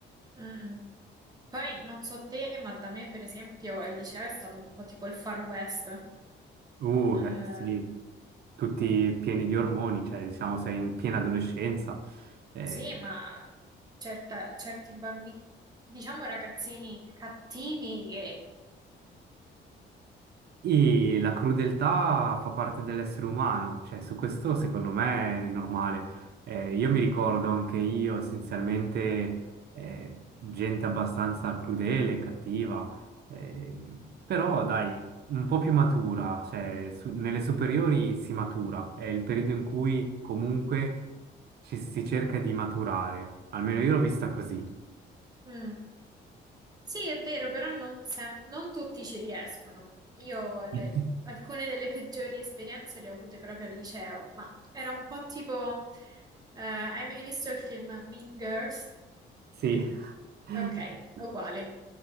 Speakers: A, on the right (about 20°); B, on the right (about 55°).
A: Mm, mm. Poi non so te, ma da me per esempio il liceo è stato un po' tipo il Far West.
B: Uh,
A: Eh,
B: eh, sì, tutti pieni di ormoni, cioè diciamo sei in piena adolescenza. eh,
A: sì, ma certa- certi bambini, diciamo ragazzini cattivi che...
B: E la crudeltà fa parte dell'essere umano, cioè su questo secondo me è normale. Eh, io mi ricordo anche io essenzialmente eh, gente abbastanza crudele, cattiva, ehm, però dai, un po' più matura, cioè su- nelle superiori si matura, è il periodo in cui comunque ci si cerca di maturare, almeno io l'ho vista così.
A: Mm, sì, è vero, però non, sem- non tutti ci riescono. Io le-
B: <laughs>
A: alcune delle peggiori esperienze le ho avute proprio al liceo, ma era un po' tipo... eh, hai mai visto il film Mean Girls?
B: Sì. <laughs>
A: Ok, è uguale.